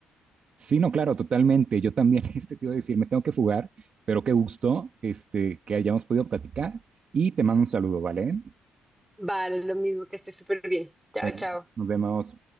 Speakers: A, on the right; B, in the centre.
A: Sí, no, claro, totalmente. Yo también <laughs> este te iba a decir, me tengo que fugar, pero qué gusto este, que hayamos podido platicar y te mando un saludo, ¿vale?
B: Vale, lo mismo, que estés súper bien. Chao,
A: Ven,
B: chao.
A: Nos vemos.